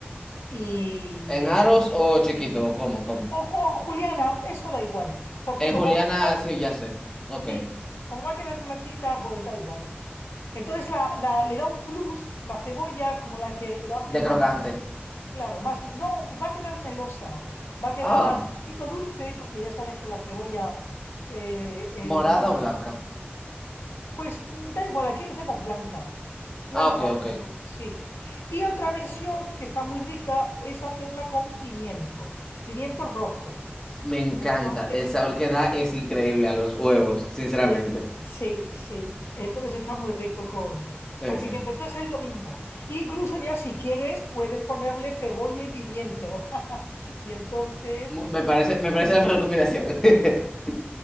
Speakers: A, on the left (about 80°); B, on the left (about 15°).
A: Y
B: ¿En
A: eso.
B: aros o chiquito? ¿Cómo, cómo?
A: O con juliana, eso da igual, porque
B: En
A: como
B: juliana,
A: va a quedar,
B: sí, ya sé. Ok.
A: sí, como va a quedar blandita, pues da igual. ¿eh? Entonces la, la- le da un plus la cebolla, como la que lo hace
B: De
A: ma-
B: crocante.
A: más, Claro, más, no, va a quedar melosa, va a quedar
B: Ah,
A: un poquito dulce, porque ya sabes que la cebolla eh, eh,
B: morada
A: endulza.
B: o blanca.
A: Pues mm, da igual, aquí la hacemos blanca, blanca,
B: Ah, ok, ok.
A: pero sí. Y otra versión que está muy rica es hacerla con pimiento, pimiento rojo.
B: Me encanta.
A: Entonces,
B: El sabor que da es increíble a los huevos, sinceramente.
A: sí, sí, sí. Entonces está muy rico con,
B: Sí,
A: con pimiento.
B: sí.
A: Entonces es lo mismo. Incluso ya si quieres, puedes ponerle cebolla y pimiento. <laughs> Y entonces...
B: Mu- Me parece,
A: Pues,
B: me parece la mejor combinación. <laughs>